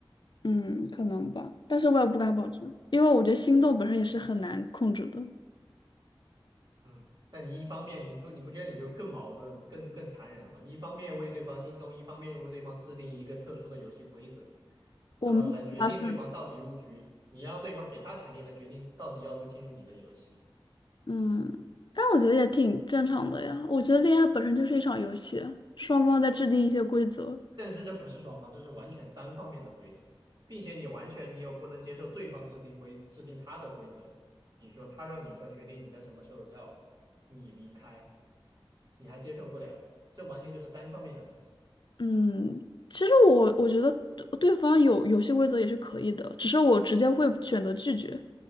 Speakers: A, on the left; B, on the right.
A: 嗯，可能吧，但是我也不敢保证，
B: 对，
A: 因为我觉得心动本身也是很难控制的。
B: 嗯，但你一方面，你不你不觉得你就更矛盾了更更残忍了吗？你一方面为对方心动，一方面又为对方制定一个特殊的游戏规则，
A: 我们发是，
B: 然后来决定对方到底入局，你要对方给他权利来决定到底要不进入你的游戏。
A: 嗯，但我觉得也挺正常的呀。我觉得恋爱本身就是一场游戏啊双方在制定一些规则。
B: 但是这不是双方，这是完全单方面的规则，并且你完全你又不能接受对方制定规制定他的规则，比如说他让你在决定你在什么时候要你离开，你还接受不了，这完全就是单方面的东西。
A: 嗯，其实我我觉得对对方有游戏规则也是可以的，只是我直接会选择拒绝。